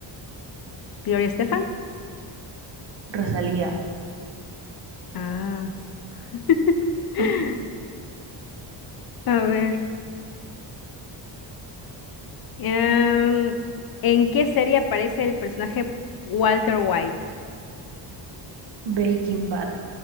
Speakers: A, on the left (about 50°); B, on the right (about 65°).
A: ¿Gloria Estefan?
B: Rosalía.
A: Ah. <laughs>
B: <laughs>
A: A ver, em, ¿en qué serie aparece el personaje Walter White?
B: Breaking Bad.